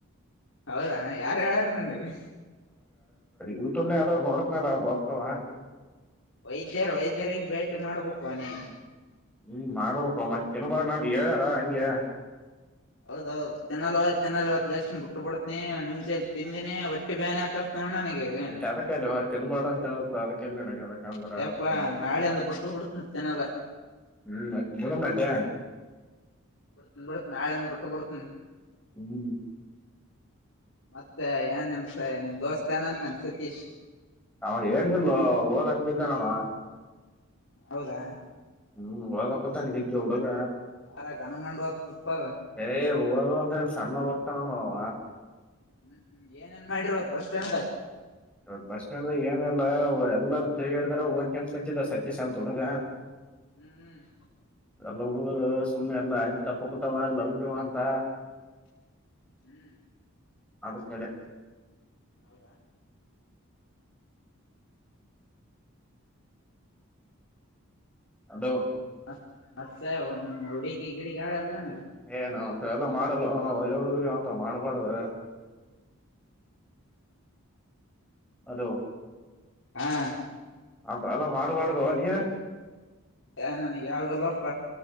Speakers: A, on the left; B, in the centre.
A: ಹೌದಾನ ಯಾರು ಹೇಳಾರ ನನಗೆ
B: ಯೂಟ್ಯೂಬ್ನ ಯಾವ್ ನೋಡತನಾರ ಬಸವ
A: ವೈದ್ಯರ ವೈದ್ಯರಿಗೆ ಭೇಟಿ ಮಾಡ್ಬೇಕು ಅವನೇ
B: ಹ್ಮ್ ಮಾಡ್ಬೇಕು ಮತ್ತೆನ್ ಬ ನಾನ್ ಹೇಳ್ಯಾರ ಹಂಗಗೆ
A: ಹೌದೌದು ತಿನ್ನಲ್ ತಿನ್ನಲ್ ಲಕ್ಷ ಬಿಟ್ಟ ಬಿಡ್ತನಿ ಮುಂಚೆಲಿ ತಿಂದಿನಿ ಒಟ್ಟಿ ಬ್ಯಾನಿ ಹಾಕತ್ ನೋಡ್ ನನಗೆ ಈಗ
B: ಮತ್ತೆ ಅದಕ್ಕ ತಿನ್ ಮಾಡಾ ಅಂತ ಅದ ಕಲ್ಯಾಣಗೆ ಅದ ಕಾಂಧ್ರ
A: ಅದ್ಯಪ್ಪಾ
B: ಅದ ಕಲ್ಲೂರು
A: ನಾಳೆಂದ ಬಿಟ್ಟು ಬಿಡ್ತನ್ ತಿನ್ನಲ್ಲ
B: ಹ್ಮ್ ಬರತ್ಯ
A: ಬಡತ ಬಡತ ಆಳ ಬಟ್ಟು ಬಡತ
B: ಹ್ಮ್
A: ಮತ್ತೆ ಏನ್ ನಿಮ್ಸ ನಿಮ್ ದೋಸ್ತ್ ಏನಂತನ್ ಸತೀಶ್
B: ಅವ ಏನ್ಲ್ೋ ಓದಕ್ ಬಿದ್ದನಾನ
A: ಹೌದಾ
B: ಹ್ಮ್ ಒಳಕತ ನಿಗ್ಗ ಹುಡುಗ
A: ಯಾರ ಗನುಮಂಡ ಹೊತ್ತುತ್ಪಲ್
B: ಏ ಹ ಅಂದ್ರೆ ಸಣ್ಣ ಓದ್ತಾನ ಅವ
A: ಹ್ಮ್ ಹ್ಮ್ ಏನೇಏನ್ ಮಾಡಿರೋ ಬಸ್ ಸ್ಟ್ಯಾಂಡ್ದಾಗ
B: ಇವತ್ ಬಸ್ ಸ್ಟ್ಯಾಂಡ್ಾಗ ಏನಲ್ಲ ಎಲ್ಲರೂ ತಿರುಗಾಡಿದಾರ ಹೋಗದ್ ಕೆಂ ಕುಂಚಿದ ಸತ್ಯಶಾಂತ್ ಹುಡುಗ
A: ಹ್ಮ್
B: ಎಲ್ಲ ಹುಡುಗರು ಸುಮ್ಮನೆ ಎಲ್ಲ ಆಯ್ತ ತಪ್ಪಕತಾವ ಲವಗ್ಯವ ಅಂತ
A: ಹ್ಮ್
B: ಅಡಕ್ಕಲೆ
A: ಹೌದಾ
B: ಅಲೋ
A: ಮತ್ ಮತ್ತೆ ಒ ಹುಡುಗಿ ಗಿಡಗಾಳ ಎಲ್ಲನ
B: ಏನ ಅಂತ ಎಲ್ಲ ಮಾಡಲ್ಲ ಒಳ್ಳಿ ಹುಡುಗರಿ ಒಂತ ಮಾಡ್ಬಾರ್ದ ಹಲೋ
A: ಹಾ
B: ಅಂತ ಎಲ್ಲ ಮಾಡಬಾರ್ದು ನೀನ್
A: ಹ ನನಗೆ ಯಾವಾಗಲ್ಲಪ್ಪ